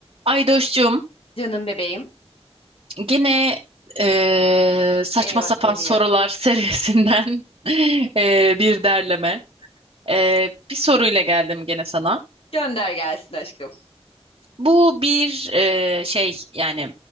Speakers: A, on the right (about 50°); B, on the left (about 55°).
A: Aydoş'cum
B: Canım bebeğim.
A: gene eee, saçma
B: Eyvah
A: sapan
B: geliyor.
A: sorular <laughs> serisinden eee, bir derleme. Eee, bir soruyla geldim gene sana.
B: Gönder gelsin aşkım.
A: Bu bir eee, şey yani